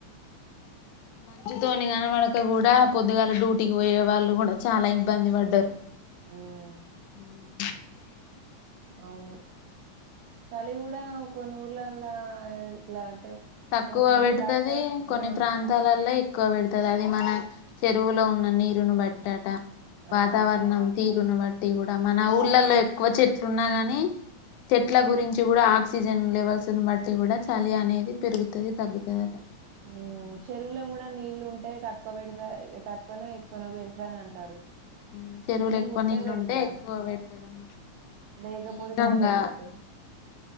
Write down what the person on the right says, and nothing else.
ఉమ్,
అవును చలి కూడా కొన్ని ఊర్లలా ఇట్లా.
కొంచెం
తక్కువ
ఆ,
ఆ,
చెరు
ఉమ్ చెరువులో కూడా నీళ్ళు ఉంటాయి తక్కు. తక్కువ పెడతా తక్కువనో ఎక్కువనో పెడతాన అంటారు.
నీళ్లు
పెడతా
లేకపోతే
తక్కువ పెడతా